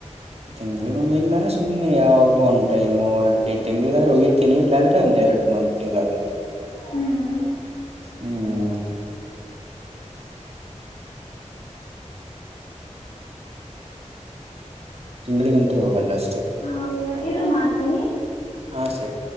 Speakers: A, on the right; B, on the left.
A: ತಿಂಗಳ ಮಮ್ಮಿಲ್ಲ ಸುಮ್ನೆ ಯಾವಾಗ ಒಂದ್ ಟೈಮು ತಿಂಗಳಿಗಾದ್ರರು ಹೋಗಿರ್ತೀನಿ ಇಲ್ಲ ಅಂದ್ರೆ ಒಂದ್ ಎರಡು ಮ ಒಂದ್ ತಿಂಗ್ಳ ಆಗುತ್ತೆ
B: ಹ್ಮ
A: ಹ್ಮ್ ತಿಂಗಳಿಗಂತರೂ ಹೋಗಲ್ಲ ಅಷ್ಟೇ
B: ಹೌದಾ ಇರು ಮಾಡ್ತೀನಿ
A: ಹಾ ಸರಿ